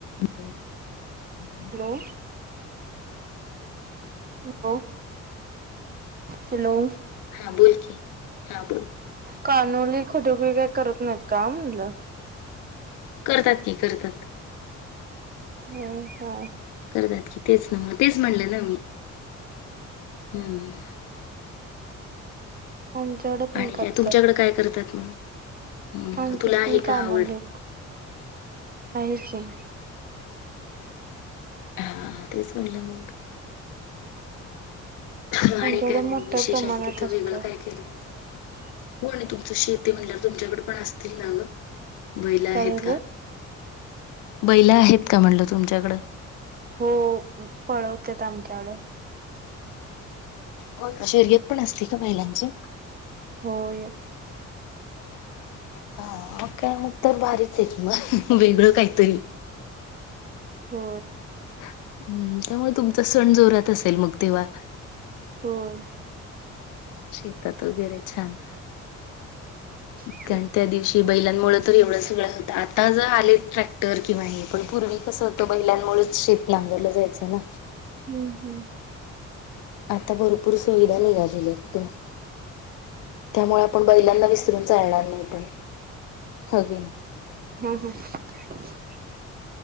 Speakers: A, on the left; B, on the right.
A: <unintelligible>
B: हॅलो ह हॅलो
A: हा बोल की हा बोल
B: कानोली, खटुगळे काही करत नाहीत का म्हनलं?
A: करतात की करतात
B: हम हा
A: करतात की तेच ना म तेच म्हणलं ना मी हम्
B: आमच्याकडे पण
A: आणि
B: करतात.
A: काय तुमच्याकडे काय करतात? मग हम्म
B: आमच्यात
A: तुला आहे
B: पण कानुले
A: का आवड?
B: आहेच ही.
A: हा हा तेच म्हणलं मग् <unintelligible>
B: आमच्याकडे
A: आणि काय मग
B: मोठ्या
A: विशेष
B: प्रमाणात
A: आणि तिथं
B: असतंय.
A: वेगळं काय केलं जाते हो तुमचं शेत ते म्हल्या तुमच्याकडे पण असतील ना ग बैला
B: काय
A: आहेत
B: झालं?
A: का बैला आहेत का म्हणल तुमच्याकडं
B: हो पळवतेेत आमच्याकड
A: हो शर्यत पण असते का बहिलांची
B: होय
A: हा मग काय मग तर बारीच आहे की मग वेगळं काहीतरी
B: हो
A: हम्म त्यामुळे तुमचा सण जोरात असेल मग तेव्हा
B: होय
A: शेतात वगैरे छान
B: ह
A: कारण त्या दिवशी बैलांमुळेळ तर एवढं सगळं होतं आता जर आले ट्रॅक्टर किंवा हे पण पूर्वी कस त बहिलांमुळेच शीेत नांगरलं जायचं ना
B: हम्म हम्म
A: आता भरपूर सुविधा निघालेल्या आहेत त्यामुळे आपण बैलांना विसरून चालणार नाही पण होकी नाही
B: हम्म हम्